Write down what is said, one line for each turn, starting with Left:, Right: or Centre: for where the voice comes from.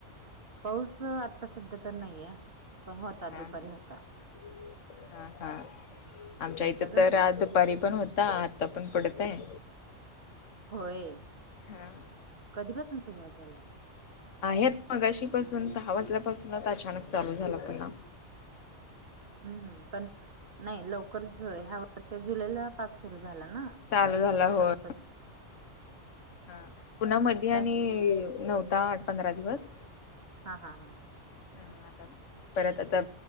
Right: पाऊस आत्ता सध्या तर नाहीये. पण होता
Left: हम्म
Right: दुपारी
Left: हम्म
Right: होता
Left: हा हा आमच्या
Right: तुमच्याकड
Left: इथं तर आ दुपारी पण होता आता पण पडतय.
Right: होय
Left: हा
Right: कधीपासून सुरुवात झाला.
Left: आहेत मगाशी पाासून सहा वाजल्यापासूनच अचानक चालू झाला पुन्हा.
Right: हम्म हम्म पण नाही लवकरच ह्या वर्षी जुलैला पाक सुरू झाला ना.
Left: चालू
Right: आणि तुमच्याकडे
Left: झाला होय
Right: कधी तस
Left: हा पुन्हा मधी
Right: त्याच
Left: आणि नव्हता आठ पंधरा दिवस
Right: हा हा हा.
Left: हम्म आता परत आता